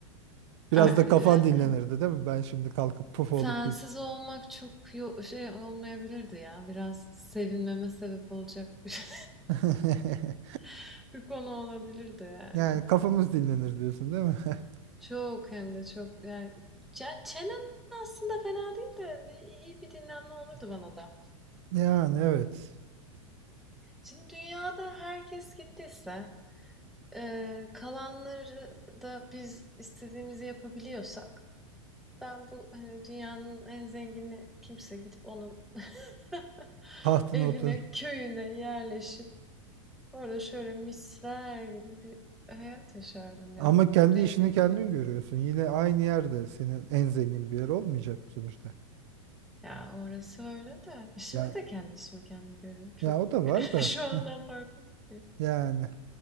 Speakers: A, on the right (about 60°); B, in the centre.
A: Biraz
B: <laughs>
A: da kafan dinlenirdi değil mi? Ben şimdi kalkıp puf olup
B: Sensiz
A: git.
B: olmak çok yo- şey olmayabilirdi ya. Biraz sevinmeme sebep olacak bir,
A: <laughs>
B: <laughs> bir konu olabilirdi yani.
A: Yani kafamız dinlenir diyorsun değil mi? <laughs>
B: Çok hem de çok yani çen- çenen aslında fena değil de bir- iyi bir dinlenme olurdu bana da.
A: Yani evet.
B: Şimdi dünyada herkes gittiyse Eee, kalanları da biz istediğimizi yapabiliyorsak ben bu hani dünyanın en zengini kimse gidip onun <laughs>
A: Tahtına
B: evine,
A: otur.
B: köyüne yerleşip orada şöyle misler gibi bir hayat yaşardım ya.
A: Ama kendi
B: Değmeyin
A: işini kendin
B: keyfim.
A: görüyorsun. Yine aynı yerde senin en zengin bir yer olmayacak mı sonuçta?
B: Ya orası öyle de. e, Şimdi
A: Yani
B: de kendi işimi kendim görüyorum. Çok
A: ya o da var
B: <laughs>
A: da.
B: şu andan
A: <laughs>
B: farkım ki.
A: Yani